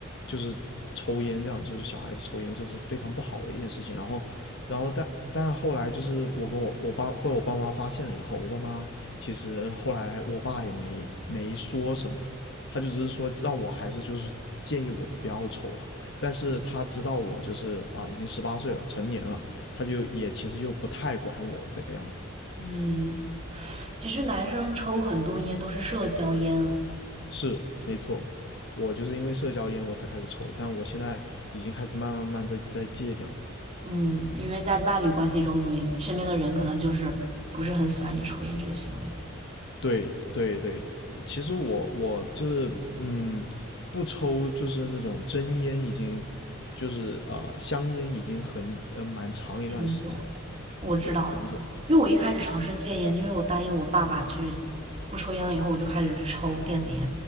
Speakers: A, on the left; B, on the right.
A: 就是抽烟这样，就是小孩子抽烟，这是非常不好的一件事情。然后然后但但后来就是我跟我我爸被我爸妈发现了以后，我爸妈其实后来我爸也没没说什么，他就只是说让我还是就是建议我不要抽了。但是他知道我就是啊、已经十八岁了，成年了，他就也其实又不太管我这个样子。
B: 嗯，其实男生抽很多烟都是社交烟，
A: 是，没错，我就是因为社交烟我才开始抽，但我现在已经开始慢慢慢慢在在戒掉了。
B: 嗯，因为在伴侣关系中，你身边的人可能就是不是很喜欢你抽烟这个行为。
A: 对对对，其实我我就是嗯，不抽就是那种真烟，已经就是啊呃香烟已经很呃蛮长一段时间了，
B: 戒很久，我知道，
A: 对，很久很久。
B: 因为我一开始尝试戒烟，因为我答应我爸爸去不抽烟了以后，我就开始抽电子烟。